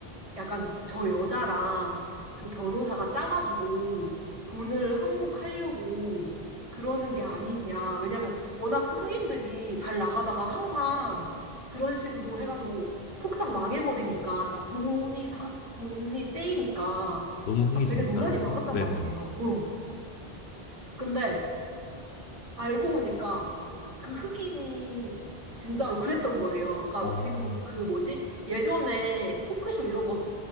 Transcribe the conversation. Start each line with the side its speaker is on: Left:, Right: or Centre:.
Right: 약간 저 여자랑 그 변호사가 짜가지고 돈을 한몫하려고 그러는 게 아니냐. 왜냐면 워낙 흑인들이 잘 나가다가 항상 그런 식으로 해가지고 폭삭 망해버리니까. 그러니까 돈이 다, 돈이 떼이니까
Left: 너무 흥미진진한데요?
Right: 막 되게 논란이 많았단
Left: 네네.
Right: 말이에요. 응. 근데 알고 보니까 그 흑인이 진짜로 그랬던 거예요. 그러니까
Left: 어.
Right: 지금 그 뭐지? 예전에 토크쇼 이런 거